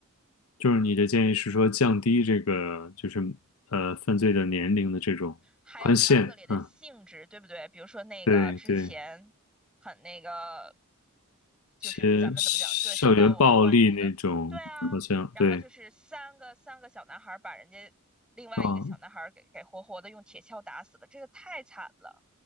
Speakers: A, on the left; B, in the centre.
A: 就是你的建议是说降低这个就是呃犯罪的年龄的这种宽限，
B: 还有它恶劣的性质，
A: 嗯，
B: 对不对？比如说那个之前很那个，
A: 对对，一
B: 就是咱们怎么讲，
A: 些校园暴力那种好像对，
B: 对，受到我们关注的，对啊。然后就是三个三个小男孩儿把人家另外一个小男孩儿给给活活的用铁锹打死了，
A: 啊，
B: 这个太惨了，